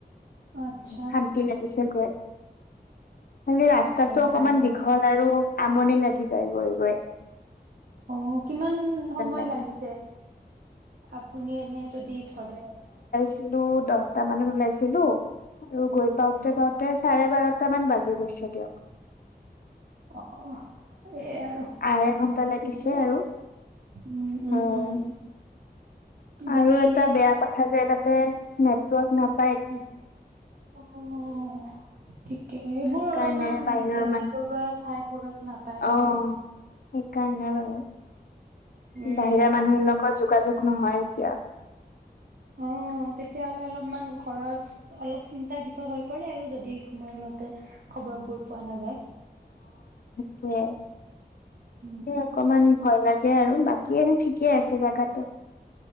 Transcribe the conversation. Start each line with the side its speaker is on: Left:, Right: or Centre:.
Right: আচ্ছা
Left: শান্তি লাগিছে গৈ খালি ৰাস্তা
Right: তাকে
Left: তাতো অকমান
Right: ভালে হৈছে
Left: দীঘল আৰু আমনি লাগি যায়, গৈ-গৈ
Right: অ' কিমান সময়
Left: লাগে।
Right: লাগিছে? আপুনি এনে যদি ধৰে,
Left: ছিলো দহটা মানত ওলাইছিলো। আৰু গৈ পাওঁতে-পাওঁতে
Right: উম
Left: চাৰে বাৰত কেইটামান বাজি গৈছে দিয়ক
Right: অহ ই য়ে আৰু
Left: আঢ়ৈ ঘন্টা লাগিছে
Right: ঠিকে আছে
Left: আৰু
Right: উম উম
Left: হয়।
Right: উম বাকী
Left: আৰু এটা
Right: এনে
Left: বেয়া কথা যে তাতে নেটৱৰ্ক নাপাই
Right: উম, অহ থিকে সেইবোৰ
Left: সেইকাৰণে
Right: অলপমান এ
Left: বাহিৰৰ মান
Right: ভিতৰুৱা ঠাই বোৰত নাপায়ে
Left: অ
Right: বাৰু
Left: সেইকাৰণে বা <unintelligible>
Right: উম
Left: বাহিৰা মানুহৰ লগত যোগাযোগ নহয় এতিয়া
Right: অহ, তেতিয়াহ'লে অলপমান ঘৰত অলপ চিন্তাৰ বিষয় হৈ পৰে আৰু যদি সময়মতে খবৰবোৰ পোৱা নাযায়।
Left: সেয়ে
Right: উম
Left: সে অকমান ভয় লাগে আৰু বাকী এনে ঠিকে আছে জেগাটো।